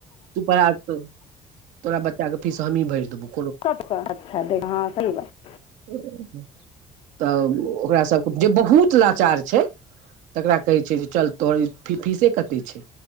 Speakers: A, on the right; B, on the left.
A: तू पढ़ा त तोरा बच्चाके फीस हमहीं भैर देबौ।
B: सबसे अच्छा दे हां सही बात छै।
A: अ-अ तब ओकरा सबके जे बहुत लाचार छै तकरा कहै छीयै जे चल तोहर ई फी फिसे कत्ते छै।